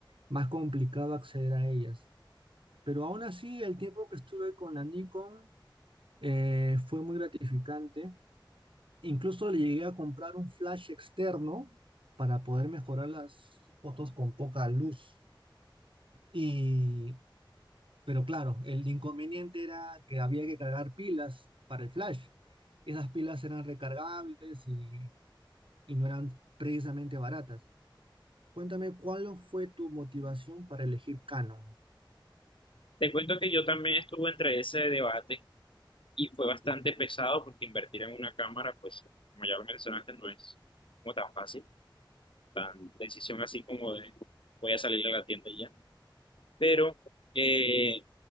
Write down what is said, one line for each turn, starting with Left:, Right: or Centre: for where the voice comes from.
Right: más complicado acceder a ellas. Pero aún así, el tiempo que estuve con la Nikon eh, fue muy gratificante. Incluso le llegué a comprar un flash externo para poder mejorar las fotos con poca luz. Y, pero claro, el inconveniente era que había que cargar pilas para el flash. Esas pilas eran recargables y y no eran precisamente baratas. Cuéntame, ¿cuál fue tu motivación para elegir Canon?
Left: Te cuento que yo también estuve entre ese debate y fue bastante pesado porque invertir en una cámara, pues, como ya lo mencionaste, no es como tan fácil, tan decisión así como de voy a salir a la tienda y ya. Pero eh,